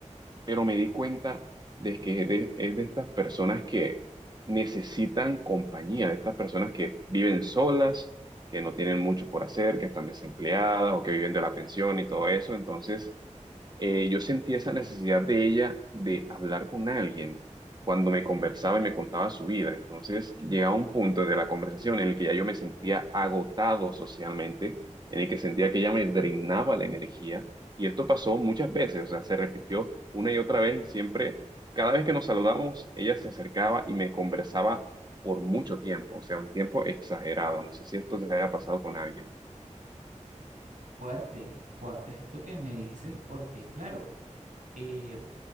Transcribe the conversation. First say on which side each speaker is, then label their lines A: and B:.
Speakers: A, on the right; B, on the right.
A: Pero me di cuenta de que es de, es de estas personas que necesitan compañía, de estas personas que viven solas, que no tienen mucho por hacer, que están desempleadas o que viven de la pensión y todo eso. Entonces, eh, yo sentí esa necesidad de ella de hablar con alguien cuando me conversaba y me contaba su vida. Entonces llegaba un punto de la conversación en el que ya yo me sentía agotado socialmente, en el que sentía que ella me drenaba la energía. Y esto pasó muchas veces, o sea, se repitió una y otra vez y siempre, cada vez que nos saludamos, ella se acercaba y me conversaba por mucho tiempo, o sea, un tiempo exagerado. No sé si esto se haya pasado con alguien.
B: Fuerte, fuerte esto que me dices, porque claro, eh,